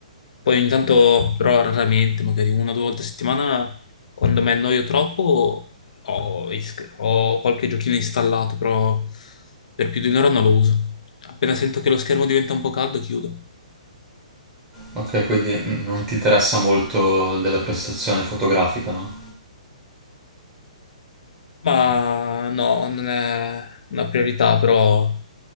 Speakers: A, on the left; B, on the right.
A: Poi ogni tanto, però raramente, magari una o due volte a settimana, quando mi annoio troppo, ho, is- ho qualche giochino installato, però per più di un'ora non lo uso. Appena sento che lo schermo diventa un po' caldo, chiudo.
B: Ok, quindi mm, non ti interessa molto della prestazione fotografica, no?
A: Ma no, non è una priorità, però